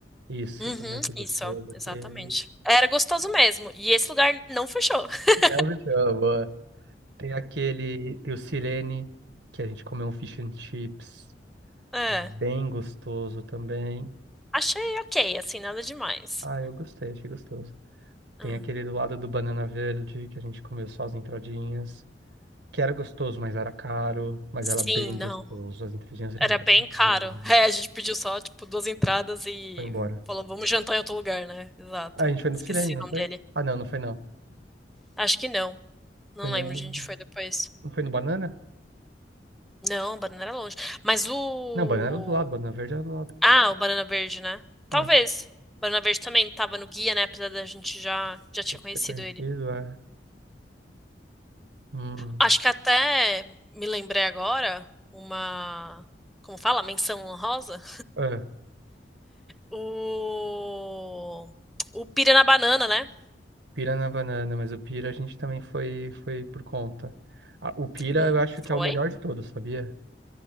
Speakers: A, on the right; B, in the centre.
A: Isso,
B: Uhum,
A: também foi gostoso.
B: isso,
A: Aquele.
B: exatamente. Era gostoso mesmo. E esse lugar não fechou. <laughs>
A: Não me boa. Tem aquele. Tem o Sirene, que a gente comeu um fish and chips,
B: É,
A: que era bem gostoso também.
B: achei ok, assim, nada demais.
A: Ah, eu gostei, achei gostoso.
B: Ah,
A: Tem aquele do lado do Banana Verde, que a gente comeu só as entradinhas, que era gostoso, mas era caro, mas
B: sim,
A: era bem
B: não.
A: gostoso. As entradinhas eram
B: Era
A: bem,
B: bem caro.
A: bem, bem.
B: <laughs> É, a gente pediu só, tipo, duas entradas e
A: Foi embora.
B: falou, vamos jantar em outro lugar, né? Exato.
A: Ah, a gente foi no
B: Esqueci
A: Sirene, não
B: o nome
A: foi?
B: dele.
A: Ah, não, não foi não.
B: Acho que não. Não
A: Foi no...
B: lembro onde a gente foi depois.
A: Não foi no Banana?
B: Não, o banana era longe. Mas o.
A: Não, Banana era do lado, Banana Verde era do lado.
B: Ah, o banana verde, né? Talvez.
A: É,
B: O banana verde também tava no guia, né? Apesar da gente já, já tinha
A: deve
B: conhecido
A: ter conhecido,
B: ele.
A: é. Hum.
B: Acho que até me lembrei agora uma. Como fala? Menção honrosa?
A: É,
B: O. O pira na banana, né?
A: Pira na Banana, mas o Pira a gente também foi, foi por conta. Ah, o Pira
B: Hum,
A: eu acho que
B: Foi?
A: é o melhor de todos, sabia?